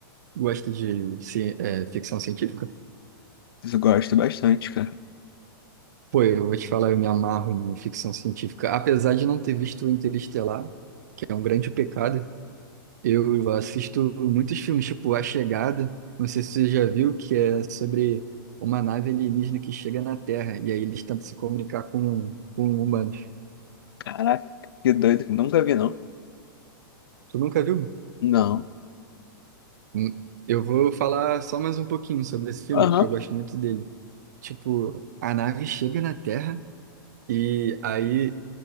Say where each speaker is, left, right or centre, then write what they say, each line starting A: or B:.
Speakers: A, on the right; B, on the left.
A: gosta de ci- é, ficção científica?
B: isso eu gosto bastante, cara.
A: Pô, eu vou te falar, eu me amarro em ficção científica. Apesar de não ter visto o Interestelar, que é um grande pecado, eu assisto muitos filmes, tipo A Chegada, não sei se você já viu, que é sobre uma nave alienígena que chega na Terra e aí eles tentam se comunicar com, com humanos.
B: Caraca, que doido. Nunca vi, não.
A: Tu nunca viu?
B: Não.
A: Hum, Eu vou falar só mais um pouquinho sobre esse filme,
B: Aham.
A: que eu gosto muito dele. Tipo, a nave chega na Terra. E aí